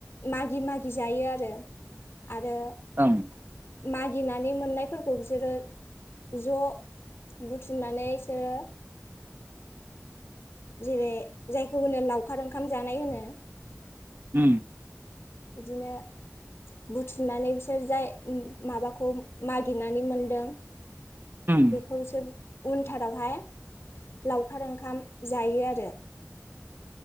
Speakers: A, on the left (about 55°); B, on the right (about 40°).
A: मागि मागि जायो आरो आरो
B: ओम
A: मागिनानै मोननायफोरखौ बिसोरो ज बुथुमनानै बिसोरो
B: <inaudible>
A: जेरै जायखौ होनो लावखार ओंखाम जानाय होनो
B: उ
A: बिदिनो बुथुमनानै बिसोर जाय माबाखौ मागिनानै मोनदों
B: ओम
A: बेखौ बिसोर उनथारावहाय लावखार ओंखाम जायो आरो